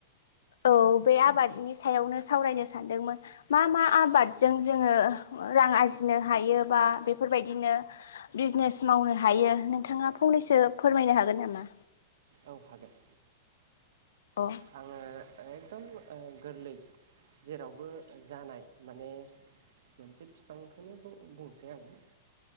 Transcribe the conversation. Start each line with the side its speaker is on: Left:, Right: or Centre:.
Left: औ बे आबादनि सायावनो सावरायनो सानदोंमोन मा मा आबादजों जोङो रां आरजिनो हायो बा बेफोरबायदिनो बिजनेस मावनो हायो नोंथाङा फंनैसो फोरमायनो हागोन नामा
Right: औ हागोन
Left: अ
Right: आङो एकदम गोरलै जेरावबो जानाय माने मोनसे बिफांखौनो बुंनोसै आङो